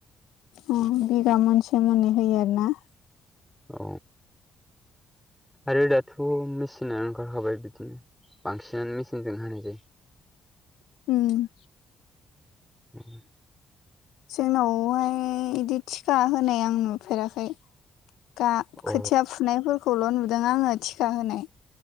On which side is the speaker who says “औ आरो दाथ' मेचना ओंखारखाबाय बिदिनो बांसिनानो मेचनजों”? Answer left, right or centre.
Centre